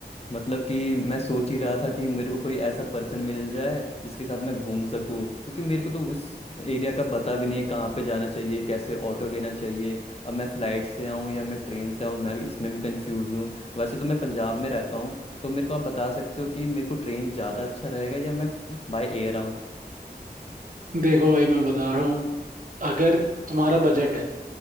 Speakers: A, on the left; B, on the right.
A: मतलब कि मैं सोच ही रहा था कि मेरे को कोई ऐसा पर्सन मिल जाए जिसके साथ मैं घूम सकूं क्योंकि मेरे को तो उस एरिया का पता भी नहीं है कहाँ पे जाना चाहिए कैसे ऑटो लेना चाहिए अब मैं फ्लाइट से आऊँ या मैं ट्रेन से आऊँ मैं भी इसमें भी कंफ्यूज हूँ वैसे तो मैं पंजाब में रहता हूँ तो मेरे को आप बता सकते हो कि मेरे को ट्रेन ज़्यादा अच्छा रहेगा या मैं बाय एयर आऊँ
B: देखो भाई मैं बता रहा हूँ अगर तुम्हारा बजट है